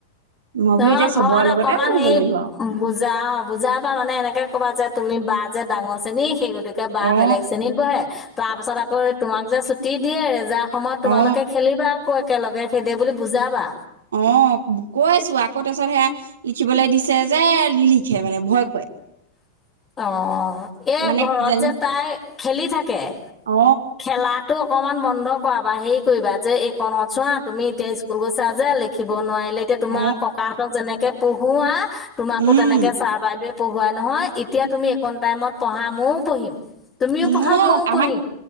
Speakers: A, on the right; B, on the left.
A: মই বোলো
B: অ
A: এতিয়া চবৰে
B: ঘৰত
A: লগতে
B: অকমান
A: বহিব
B: হেৰি
A: লাগিব আৰু
B: বুজা অ বুজা বা মানে এনেকে কবা যে তুমি বা যে ডাঙৰ চেনি সেই গতিকে বা
A: অ
B: বেলেগ শ্ৰেণীত বহে তাৰ পাছত আকৌ তোমাক যে ছুটি দিয়ে যাৰ সময়ত তোমালোকে
A: অ
B: খেলিবা আকৌ একেলগে সেইদে বুলি বুজাবা
A: অ', কৈছো আকৌ তাৰপিছত সেয়া লিখিবলৈ দিছে যে, নিলিখে মানে ভয় কৰে।
B: উ। অ', এ
A: মানে
B: ঘৰত
A: কিজানি
B: যে তাই খেলি থাকে।
A: অ
B: খেলাতো অকমান বন্ধ কৰাা হেৰি কৰিবা যে এই কণত চোৱা তুমি এতিয়া স্কুল গৈছা যে লিখিব নোৱাৰিলে এতিয়া তোমাৰ
A: অ
B: ককাহঁতক যেনেকে পঢ়োৱা তোমাকো
A: উম
B: তেনেকে ছাৰ বাইদেৱে পঢ়োৱাই নহয় এতিয়া তুমি একণ টাইমত পঢ়া ময়োয পঢ়িম তুমিও পঢ়া
A: মোক
B: ময়ো পঢ়িম
A: আমাক